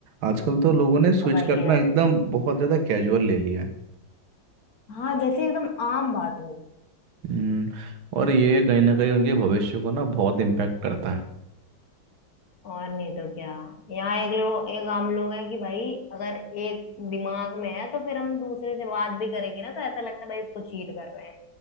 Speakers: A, on the right; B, on the left.
A: आजकल तो लोगों ने स्विच
B: अब वही
A: करना
B: ना
A: एकदम बहुत ज्यादा कैजुअल ले लिया है
B: हाँ जैसे एकदम आम बात हो
A: हम्म, और ये कहीं ना कहीं उनके भविष्य को ना बहुत इम्पैक्ट करता है
B: और नहीं तो क्या यहाँ एक लोग एक आम लोग है कि भाई अगर एक दिमाग में है तो फिर हम दूसरे से बात भी करेंगे ना तो ऐसा लगता है भाई इसको चीट कर रहे हैं